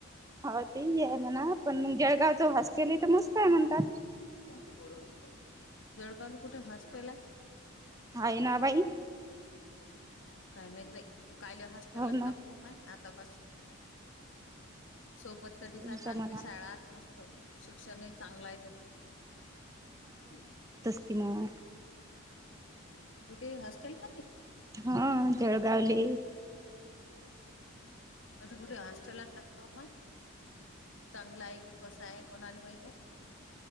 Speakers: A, on the right; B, on the left.
A: हो तेही आहे म्हणा पण मग जळगावच हॉस्टेलही हितं मस्त आहे म्हणतात.
B: बाकी थोडा <unintelligible> जोडकाल कुठ हॉस्टल आहे?
A: हाय ना बाई.
B: काय माहित बाई काल हॉस्टेलत
A: हो ना
B: टाकू माय आतापासून. सोबत तरीसा
A: तुमच्या
B: चांगले
A: मनात
B: शाळात मस्त. शिक्षणही चांगलं आहे. <inaudible>
A: तिनं
B: <inaudible> कुठे हॉस्टेल मधी.
A: हा जळगावले -
B: आता कुठे हॉस्टेला टाकतो आपण चांगलं आहे की कसं आहे कोणाला माहिती आहे.